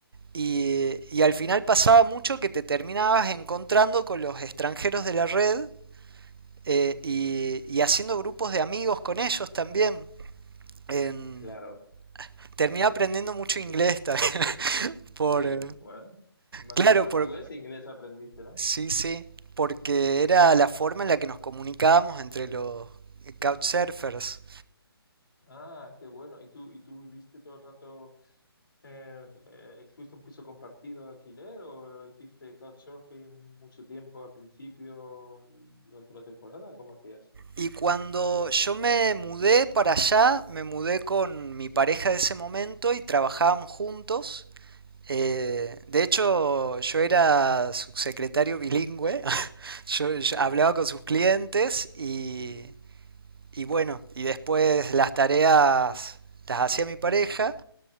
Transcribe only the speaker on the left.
sí.
Claro,
claro.
Sí,
bueno. Más
que en portugués
e inglés aprendiste, ¿no?
Ah, qué bueno. ¿Y tú, y tú viviste todo el rato Eh, eh, ¿fuiste un piso compartido de alquiler o hiciste couchsurfing mucho tiempo al principio y durante la temporada? ¿Cómo hacías?
Bien,